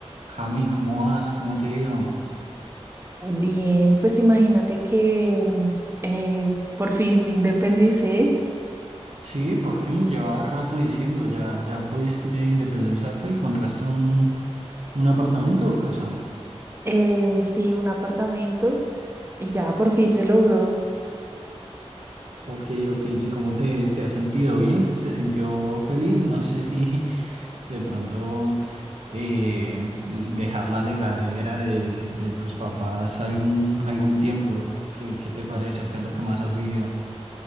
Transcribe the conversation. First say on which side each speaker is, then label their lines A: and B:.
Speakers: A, on the right (about 75°); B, on the right (about 20°).
A: Cami, ¿cómo vas? ¿Cómo te ha ido?
B: Bien, pues imagínate que mm, eh, por fin me independicé.
A: Sí, por fin, llevaba rato diciendo, ya, ya pudiste independizarte y encontraste un, un apartamento o casa.
B: Eh, sí, un apartamento y ya por fin se logró.
A: Ok, ok, ¿y cómo te, te has sentido? ¿Bien? ¿Se sintió feliz? No sé si <laughs> de pronto eh, dejar la legadera de, de tus papás algún, algún tiempo. ¿Qué, qué te parece o qué es lo que más has vivido?